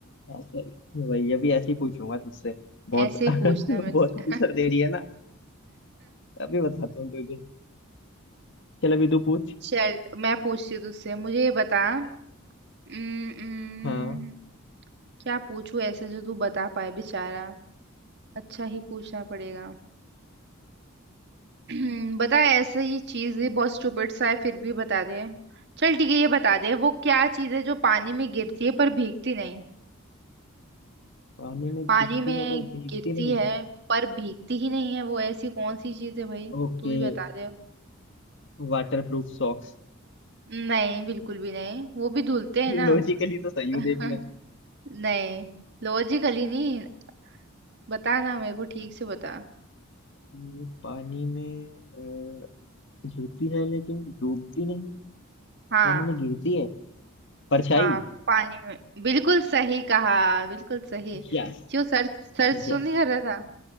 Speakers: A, on the left; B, on the right.
A: ऐसे ही। वही अभी ऐसे ही पूछूंगा तुझसे बहुत
B: ऐसे
A: <laughs>
B: ही
A: बहुत
B: पूछना मेरे से
A: आंसर दे रही है ना अभी बताता हूँ तुझे चल अभी तू
B: <laughs>
A: पूछ
B: चल मैं पूछती हूँ तुझसे मुझे ये बता उम्म, उम्म,
A: हाँ
B: क्या पूछू ऐसे जो तू बता पाए बेचारा अच्छा ही पूछना पड़ेगा <clears throat> बता ऐसा ये चीज है बहुत स्टूपिड सा है फिर भी बता दे चल ठीक है ये बता दे वो क्या चीज है जो पानी में गिरती है पर भीगती नहीं
A: पानी में
B: पानी
A: गिरती
B: में
A: है पर भीगती
B: गिरती
A: नहीं
B: है
A: है।
B: पर भीगती ही नहीं है वो ऐसी कौन सी चीज है भाई
A: Okay
B: तू ही बता दे
A: Waterproof socks
B: नहीं बिल्कुल भी नहीं वो भी धुलते हैं ना
A: Logically <laughs> तो सही
B: <laughs>
A: हूँ देख मैं
B: नहीं लॉजिकली नहीं बताना मेरे को ठीक से बता
A: हम्म, पानी में अ, गिरती है लेकिन डूबती नहीं
B: हाँ
A: पानी में गिरती है परछाई
B: हाँ पानी में बिल्कुल सही कहा बिल्कुल सही
A: यस
B: क्यों सर्च सर्च
A: यस
B: तो नहीं कर रहा था